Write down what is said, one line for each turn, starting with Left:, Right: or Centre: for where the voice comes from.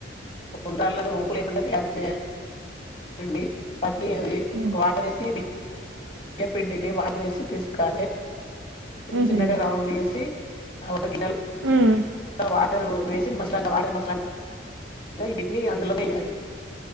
Left: ఉండాలని ఊప్పు లేకుండా తయారు చేయాలిండి పట్టి అది
Right: హ్మ్
Left: వాటర్ వేసిి బియ్య పిండిని వాటర్ వేసి పిసుకోవాలి చిన్న
Right: ఉహూ
Left: చిన్నగా రౌండ్ వేసి ఆ ఒక గిన్నె
Right: హ్మ్
Left: వాటర్ వేసి మసలాంగా వాటర్ మసలా వీటిని అందులో వేయాలి